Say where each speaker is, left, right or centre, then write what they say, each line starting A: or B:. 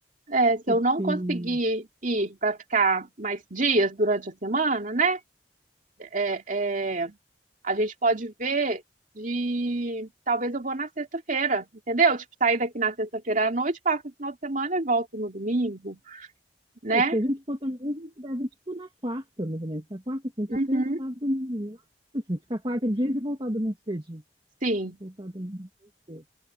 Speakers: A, on the right; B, on the right.
A: é, se
B: Porque.
A: eu não conseguir ir para ficar mais dias durante a semana, né? é, é, a gente pode ver de talvez eu vou na sexta-feira, entendeu? Tipo, sair daqui na sexta-feira à noite, passo o final de semana e volto no domingo, né?
B: É, se a gente for também, a gente deve, tipo, na quarta, mais ou menos. Na quarta, quinta,
A: Uhum.
B: sexta, sábado, domingo. lá. Tipo assim, ficar quatro dias e voltar domingo cedinho.
A: Sim,
B: Voltar domingo mais cedo.